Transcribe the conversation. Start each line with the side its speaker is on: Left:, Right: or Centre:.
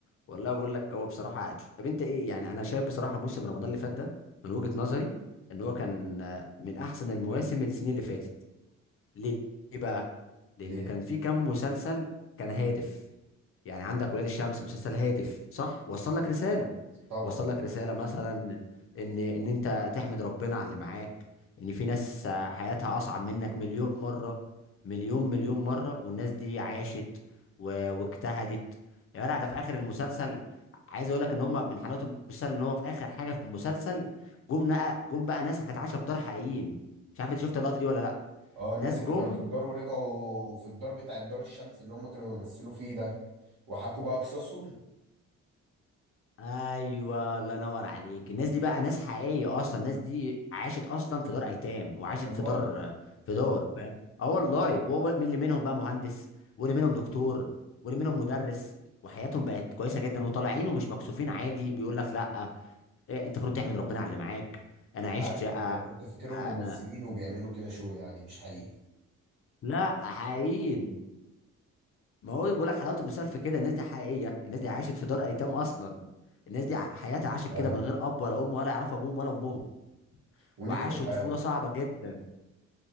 Left: والله بقول لك هو بصراحه عادل. طب انت ايه يعني انا شايف بصراحه موسم رمضان اللي فات ده من وجهه نظري ان هو كان آه، من احسن المواسم السنين اللي فاتت ليه ليه بقى لان
Right: ليه
Left: كان في كم مسلسل كان هادف يعني عندك ولاد الشمس مسلسل هادف صح وصل لك رساله
Right: طبعا
Left: وصل لك رساله مثلا ان ان انت تحمد ربنا على اللي معاك ان في ناس آه، حياتها اصعب منك مليون مره مليون مليون مره والناس دي عاشت و- واجتهدت يا جدع ده في اخر المسلسل عايز اقول لك ان هم من حلاوه المسلسل ان هو في اخر حاجه في المسلسل جم نقى جم بقى ناس كانت عايشه في دار حقيقيين مش عارف انت شفت اللقطه دي ولا لا
Right: اه الناس
Left: ناس
Right: اللي
Left: جم
Right: كانوا في الدار ورجعوا في الدار بتاع الدار الشمس اللي هم كانوا بيمثلوا فيه ده وحكوا بقى قصصهم
Left: ايوه الله ينور عليك الناس دي بقى ناس حقيقيه اصلا الناس دي عاشت اصلا في دار ايتام وعاشت
Right: والله
Left: في دار في دار فاهم اه والله و- و- من اللي منهم بقى مهندس واللي منهم دكتور واللي منهم مدرس وحياتهم بقت كويسه جدا وطالعين ومش مكسوفين عادي بيقول لك لا إيه انت المفروض تحمد ربنا على اللي معاك انا
Right: انت
Left: عشت
Right: عارف
Left: آه، آه،
Right: انا كنت فاكرهم
Left: انا
Right: ممثلين وبيعملوا كده شو يعني مش حقيقي
Left: لا حقيقيين ما هو بيقول لك حلاوه المثال في كده الناس دي حقيقيه الناس دي عاشت في دار ايتام اصلا الناس دي ع- حياتها عاشت
Right: ايوه
Left: كده من غير اب ولا ام ولا يعرفوا ابوهم ولا امهم
Right: ونجحوا
Left: وعاشوا
Right: في
Left: طفوله
Right: حياتهم
Left: صعبه جدا